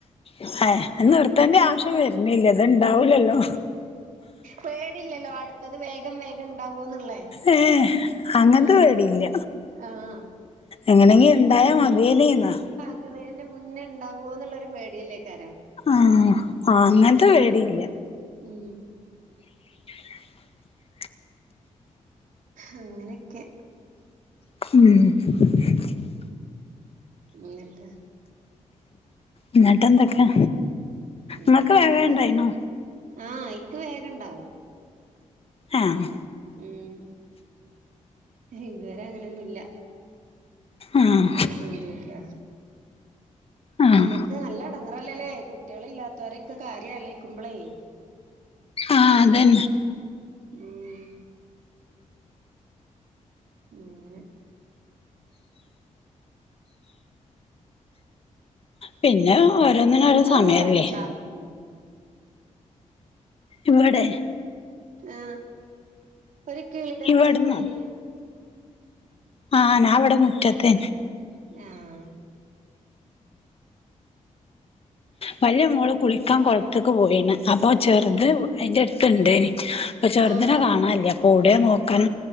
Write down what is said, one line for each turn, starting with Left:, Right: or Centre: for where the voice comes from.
Left: ആഹാ അത് നിർത്തേണ്ട ആവശ്യം വര്ണില്ല ത്ണ്ടാവൂലല്ലോ.
Right: പേടില്ലല്ലോ അടുത്തത് വേഗം.. വേഗം ഉണ്ടാവോന്നുള്ളേ.
Left: ഏഹ് അങ്ങനത്തെ
Right: ഉം
Left: പേടിയില്ല.
Right: ആഹ്
Left: എങ്ങനെങ്കി ഇണ്ടായാ- മതിയേതന്നാ.
Right: ഇതിന്റെ മുന്നേ ഉണ്ടാവോ- എന്നുള്ളൊരു പേടിയല്ലേക്കാരം.
Left: ആഹാ അങ്ങനത്തെ പേടിയില്ല.
Right: ഉം.. !
Left: <inaudible>
Right: ഉ അങ്ങനെയൊക്കെ
Left: ഉം
Right: എന്നിട്ട്
Left: എന്നിട്ട എന്തൊക്കെ
Right: എന്നിട്ട്
Left: ങ്ങക്ക് വേഗണ്ടായിനോ
Right: എന്താ ആഹ് <unintelligible> വേഗഇണ്ടാവും
Left: ആഹ്
Right: ഉം ഇതുവരെ അങ്ങനൊന്നുല്ല
Left: ആഹ്
Right: അൽഹമ്ദുരില്ല
Left: ആഹ്
Right: നമ്മക്ക് നല്ല എടങ്ങറല്ലല്ലേ കുട്ടികളില്ലാത്തൊരൊക്കെ കാര്യം ആലോയിക്കുമ്പോളേ
Left: ആഹ് അതന്നെ
Right: ഉം ഇങ്ങനെ
Left: പിന്നെ ഓരോന്നിനോരോ
Right: അതെന്താ
Left: സമയല്ലേ
Right: ഒരൊച്ച
Left: ഇവടെ
Right: ആഹ് ഒരു കീളിടെ ഒച്ചടമായിരി
Left: ഇവിടന്നോ ആഹ് നാവ്ടെ മുറ്റത്തേ
Right: ആഹ്
Left: വലിയ മോള് കുളിക്കാൻ കൊളത്ത്ക്ക് പോയിനും അപ്പൊ ചെറുത് അതിന്റെ അടുത്ത് ഇണ്ടേനി ചെറുദിനെ
Right: ആഹ്
Left: കാണാനില്ല അപ്പൊ ഒടെ നോക്കാൻ